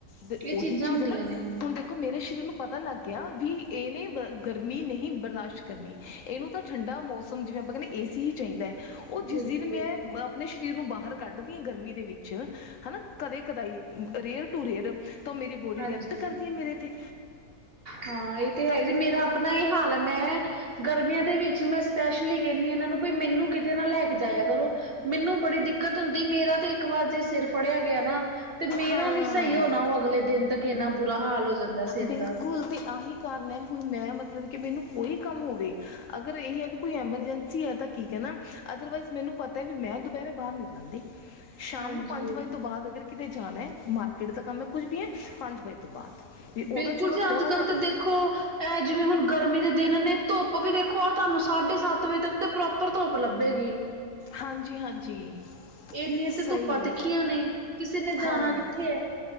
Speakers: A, on the left (about 60°); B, on the right (about 45°).
A: ਫਿਰ
B: ਇਹ
A: ਓਹੀ
B: ਚੀਜ਼ਾਂ
A: ਚੀਜ਼
B: ਹੁੰਦੀਆਂ
A: ਐ ਨਾ
B: ਨੇ
A: ਹੁਨ ਦੇ ਦੇਖੋ ਮੇਰੇ ਸਰੀਰ ਨੂੰ ਪਤਾ ਲਾਗੇਆ ਵੀ ਏਨੇ ਗਰਮੀ ਨਹੀਂ ਬਰਦਾਸ਼ਤ ਕਰਨੀ। ਏਨੂੰ ਤਾਂ ਠੰਡਾ ਮੌਸਮ ਜਿਵੇਂ ਆਪਾਂ ਕੈਨੇ ਆਂ ਏਸੀ ਹੀ ਚਾਈਂਦਾ ਓ
B: ਬਿਲਕੁਲ
A: ਜਿਸ ਦਿਨ ਮੈਂ ਆਪਣੇ ਸਰੀਰ ਨੂੰ ਬਾਹਰ ਕੱਢਦੀ ਆ ਗਰਮੀ ਦੇ ਵਿੱਚ ਹਨਾ ਕਦੇ-ਕਦੇ ਰੇਅਰ-ਟੂ-ਰੇਅਰ ਤਾਂ ਮੇਰੀ ਬੋਡੀ
B: ਹਾਂਜੀ
A: ਰਿਐਕਟ ਕਰਦੀਏ ਮੇਰੇ ਤੇ।
B: ਹਾਂ ਇਹ ਤੇ ਹੈ
A: ਤਾਂ
B: ਜੇ ਮੇਰਾ ਆਪਣਾ ਇਹ ਹਾਲ ਹੈ ਮੈਂ ਗਰਮੀਆਂ ਦੇ ਵਿੱਚ ਮੈਂ ਸ਼ੈਸ ਕਹਿੰਦੀ ਇਹਨਾਂ ਨੂੰ ਵੀ ਮੈਨੂੰ ਕਿਤੇ ਨਾ ਲੈ ਕੇ ਜਾਇਆ ਕਰੋ। ਮੈਨੂੰ ਬੜੀ ਦਿੱਕਤ ਹੁੰਦੀ ਮੇਰਾ ਤੇ ਇੱਕ ਵਾਰ ਜੇ ਸਿਰ ਫੜਿਆ ਗਿਆ ਨਾ ਤੇ ਮੇਰਾ
A: ਹਾਂ
B: ਨੀ ਸਹੀ ਹੋਣਾ ਉਹ ਅਗਲੇ ਦਿਨ ਤੱਕ ਇੰਨਾ ਬੁਰਾ ਹਾਲ ਹੋ ਜਾਂਦਾ। ਸਿਰ
A: ਬਿਲਕੁਲ
B: ਦਾ
A: ਤੇ ਆਹੀ ਕਾਰਨ ਹੈ ਹੁਣ ਮੈਂ ਮਤਲਬ ਕਿ ਮੈਨੂੰ ਕੋਈ ਕੰਮ ਹੋਵੇ ਅਗਰ ਇਹ ਹੈ ਵੀ ਕੋਈ ਐਮਰਜੈਂਸੀ ਹੈ ਤਾਂ ਕੀ ਕਹਿਣਾ ਅਦਰਵਾਈਜ਼ ਮੈਨੂੰ ਪਤਾ ਵੀ ਮੈਂ ਦੁਪਹਿਰੇ ਬਾਹਰ ਨੀ ਜਾਂਦੀ। ਸ਼ਾਮ
B: ਹਾਂਜੀ
A: ਨੂੰ ਪੰਜ ਵਜੇ ਤੋਂ ਬਾਅਦ ਅਗਰ ਕਿਤੇ ਜਾਣਾ ਮਾਰਕੀਟ ਦਾ ਕੰਮ ਹੈ ਕੁਝ ਵੀ ਹੈ ਪੰਜ ਵਜੇ ਤੋਂ ਬਾਅਦ ਵੀ ਉਦੋਂ
B: ਬਿਲਕੁਲ
A: ਚਲੋ
B: ਜੀ
A: ਥੋੜ੍ਹਾ
B: ਅੱਜ ਕੱਲ
A: ਜਿਹਾ
B: ਤਾਂ ਦੇਖ ਦੇਖੋ ਇਹ ਜਿਵੇਂ ਹੁਣ ਗਰਮੀ ਦੇ ਦਿਨ ਨੇ ਧੁੱਪ ਵੀ ਦੇਖੋ, ਆਹ ਤੁਹਾਨੂੰ ਸਾਢੇ ਸੱਤ ਵਜੇ ਤੱਕ ਤੇ ਪ੍ਰੋਪਰ ਧੁੱਪ ਲੱਭੇਗੀ।
A: ਹਾਂਜੀ-ਹਾਂਜੀ।
B: ਇੰਨੀਆਂ
A: ਸਹੀ
B: ਤੇ ਧੁੱਪਾਂ ਤਿੱਖੀਆਂ ਨੇ ਕਿਸੇ ਨੇ ਜਾਣਾ
A: ਹਾਂ।
B: ਕਿੱਥੇ ਹੈ